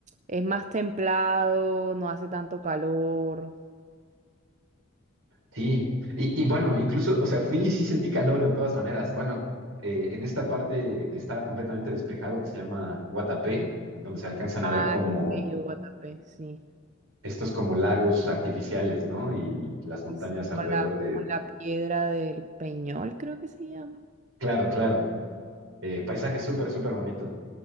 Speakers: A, on the right; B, on the right.
A: es más templado, no hace tanto calor.
B: Sí, y, y bueno, incluso, o sea, fui y sí sentí calor de todas maneras. Bueno, eh, en esta parte estaba completamente despejado que se llama Guatapé, donde se alcanzan
A: Ah,
B: a ver como
A: qué bello, Guatapé, sí.
B: estos como lagos artificiales, ¿no? Y las montañas
A: Y sí,
B: alrededor
A: Con la, con
B: de...
A: la piedra del Peñol, creo que se llama.
B: Claro, claro. Eh, paisaje súper, súper bonito.